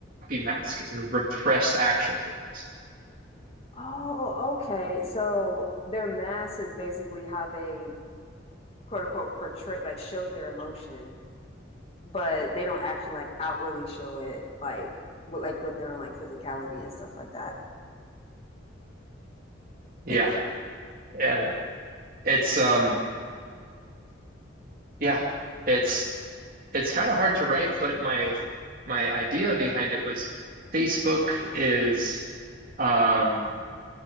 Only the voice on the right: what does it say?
mask and repress the actual feelings.
Yeah.
Uh, it's um yeah, it's it's kind of hard to write, but my my idea behind it was Facebook is um